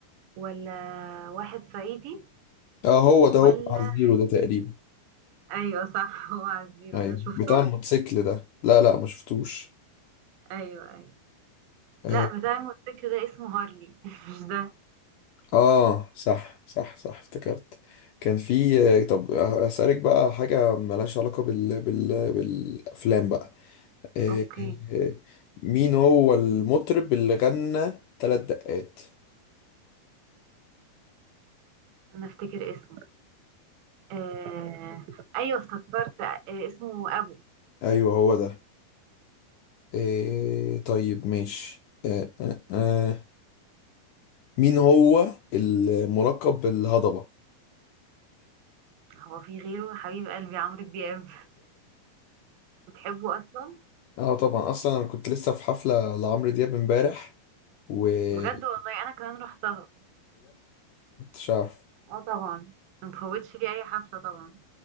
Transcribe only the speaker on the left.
اه هو ده
هو بتاع زيرو ده تقريبا
ايوه
بتاع الموتوسيكل ده لا لا ما شفتوش
آه،
اه صح صح صح افتكرت كان في آه، طب اسالك بقى حاجه ملهاش علاقه بال... بال... بالافلام بقى آه،
آه، مين هو المطرب اللي غنى ثلاث دقات
ايوه هو ده آه، طيب ماشي آه، آه، آه. مين هو الملقب بالهضبه
اه طبعا اصلا انا كنت لسه في حفله لعمرو دياب امبارح وبجد
كنتش عارف